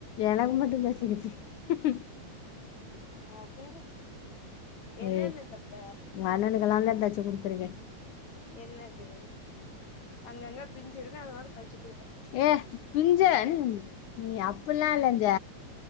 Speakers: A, on the left (about 85°); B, on the left (about 70°).
A: எனக்கு மட்டு தச்சு <unintelligible>
B: மொகர என்னென்ன
A: ஏ
B: தப்ப
A: உங்க அண்ணணுகலா நா தா தச்சி குடுத்ருக்கே
B: என்னது அங்கங்க பிஞ்ஞிருக்கு அத வேற தச்சி கு
A: ஏ பிஞ்ஞ ம் நீ அப்பட்லா இல்லஜ